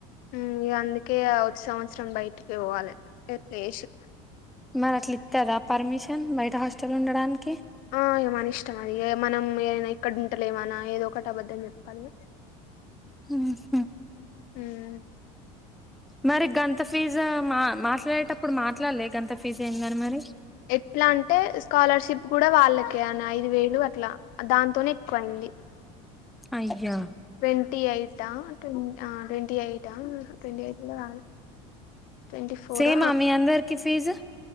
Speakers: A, on the left (about 60°); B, in the centre.
A: హా అంది కే అవు సంవత్సరం బయటికి పోవాలి ఏత్నేషు
B: మరి అట్లా ఇస్తారా పర్మిషన్ బయట హాస్టల్ ఉండడానికి
A: ఆ ఇగ మన ఇష్టం అది ఎ మనం ఏనా ఇక్కడ ఉండలేమనా ఏదో ఒకటి అబద్ధం చె కలువు
B: హమ్
A: హమ్
B: మరి గంత ఫీజు మా మాట్లాడేటప్పుడు మాట్లాడలే గంత ఫీజు ఏందని మరి
A: ఎట్లా అంటే స్కాలర్షిప్ కూడా వాళ్ళకే అని ఐదు వేలు అట్లా దాంతోనే ఎక్కువయింది
B: అయ్యా
A: ట్వ ఎయిట్ట్ ట్వ ఎయిట్ ట్వ ఎయిట్ కా ట్వంటీ ఫోర్
B: సేమా మీ అందరికి ఫీజు